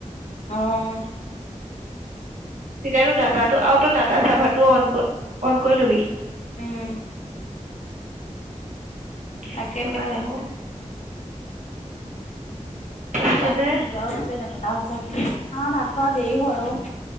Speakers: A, on the left; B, on the right.
A: অ'
B: তেতিয়াতো ডাটাটো আৰু তই ডাটা চাৰ্ভাৰটো অন অন কৰি ল'বি।
A: উম। তাকেহে।
B: সেইটো কাৰণে আকৌ। তাৰপিছতে
A: টাইমটো নোযোৱাও হৈছে, নেমেলা হৈছে আমাৰ ভাত খোৱা দেৰি হয়‌ অ'।